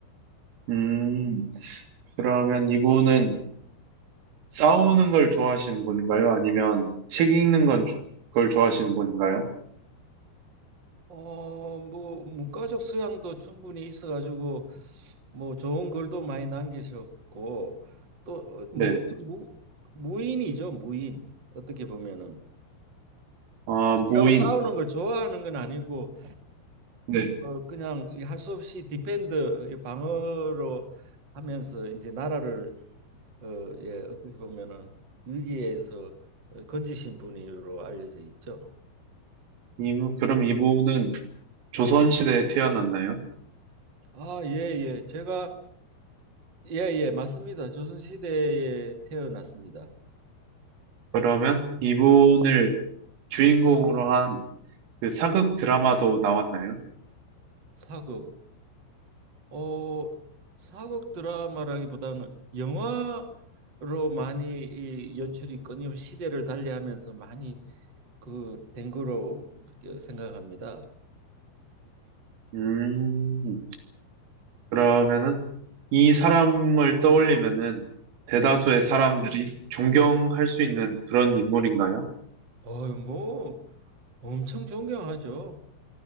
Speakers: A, on the right (about 80°); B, on the right (about 40°).
A: 음, 그러면 이분은 싸우는 걸 좋아하시는 분인가요? 아니면 책 읽는 건, 걸 좋아하시는 분인가요?
B: 어, 뭐 문과적 소양도 충분히 있어가지고 뭐 좋은 글도 많이 남기셨고 또 어, 무인
A: 네.
B: 무, 무인이죠 무인 어떻게 보면은
A: 아, 무인.
B: 그리고 싸우는 걸 좋아하는 건 아니고
A: 네.
B: 어, 그냥 할 수 없이 디펜드 이 방어로 하면서 이제 나라를 어, 예 어떻게 보면은 위기에서 어, 건지신 분으로 알려져 있죠.
A: 이, 그럼 이분은 조선시대에 태어났나요?
B: 아, 예, 예. 제가 예, 예, 맞습니다. 조선시대에 태어났습니다.
A: 그러면 이분을 주인공으로 한 그 사극 드라마도 나왔나요?
B: 사극, 어, 사극 드라마라기보다는 영화로 많이 이 연출이 끊임없이 시대를 달리하면서 많이 그 된 거로 그 생각합니다.
A: 음, 그러면은 이 사람을 떠올리면은 대다수의
B: 네.
A: 사람들이 존경할 수 있는 그런 인물인가요?
B: 어유, 뭐 엄청 존경하죠.